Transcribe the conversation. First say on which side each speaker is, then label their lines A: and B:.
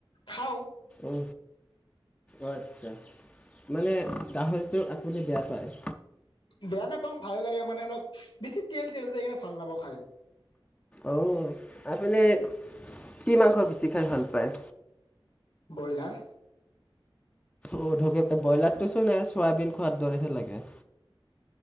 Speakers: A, on the left (about 70°); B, on the left (about 15°).
A: খাওঁ
B: অ' আত্ছা। মানে গাহৰিটো আপুনি বেয়া পায়?
A: বেয়া নাপাওঁ ভালে লাগে মানে অলপ বেছি তেল তেল যা সেইকাৰণে ভাল নাপাওঁ খাই।
B: অ আপুনি কি মাংস বেচি খাই ভাল‌ পা‌য়? ভাল পায়
A: ব্ৰইলাৰ
B: অ <unintelligible> ব্ৰইলাৰটোচোন এ চয়াবিন খোৱাৰ দৰেহে লাগে